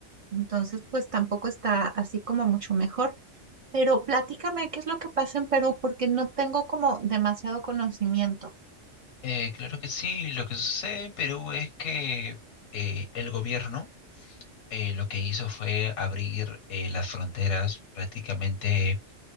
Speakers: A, on the right; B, on the left.
A: Entonces, pues tampoco está así como mucho mejor. Pero platícame qué es lo que pasa en Perú porque no tengo como demasiado conocimiento.
B: Eh, claro que sí, lo que sucede en Perú es que eh, el gobierno eh, lo que hizo fue abrir eh, las fronteras prácticamente